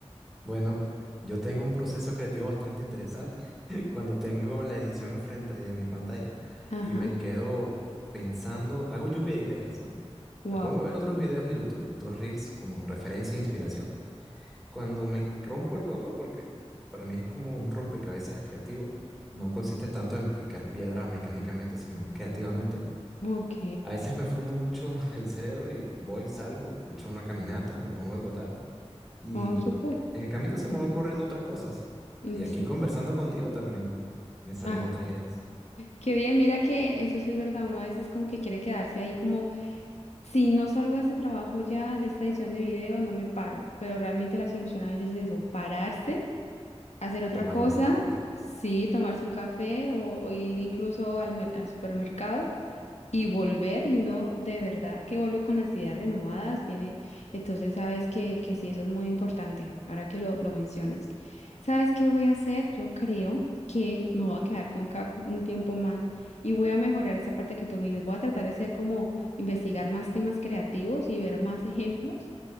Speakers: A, in the centre; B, on the left (about 80°).
A: bueno, yo tengo un proceso creativo bastante interesante <laughs> cuando tengo la edición enfrente de mi pantalla
B: Ajá.
A: y me quedo pensando, hago lluvia de ideas, ¿no?
B: Wow.
A: Me pongo a ver otros videos de YouTube, otros reels como referencia e inspiración. Cuando me rompo el coco, porque para mí es como un rompecabezas creativo, no consiste tanto en picar piedra mecánicamente, sino creativamente
B: Ok.
A: A veces me fundo mucho <laughs> el cerebro y voy, salgo, echo una caminata, me pongo a trotar y
B: Wow, súper.
A: en el camino se me ocurren otras cosas.
B: Mm,
A: Y aquí
B: Sí.
A: conversando contigo también me salen
B: Ah,
A: otras ideas.
B: qué bien. Mira que eso sí es verdad. Uno a veces como que quiere quedarse ahí como, si no salgo de este trabajo ya, de esta edición de video, no me paro. Pero realmente la solución a veces es eso, pararse hacer otra
A: Tomar
B: cosa,
A: un descanso.
B: sí, tomarse un café o, o ir incluso al, mer- al supermercado y volver y uno de verdad que vuelve con las ideas renovadas, viene, entonces sabes que, que sí, eso es muy importante, ahora que lo, lo mencionas. ¿Sabes qué voy a hacer? Yo creo que me voy a quedar con Kaku un tiempo más y voy a mejorar esa parte que tú me dices, voy a tratar de ser como investigar más temas creativos y ver más ejemplos